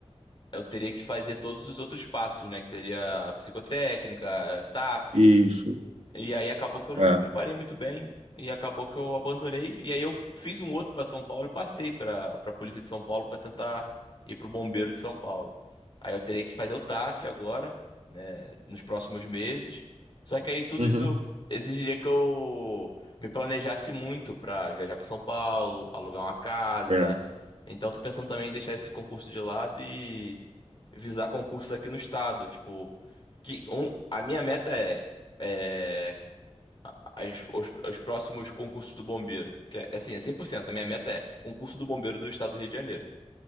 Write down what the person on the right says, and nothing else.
Isso,
é.
Uhum.
É,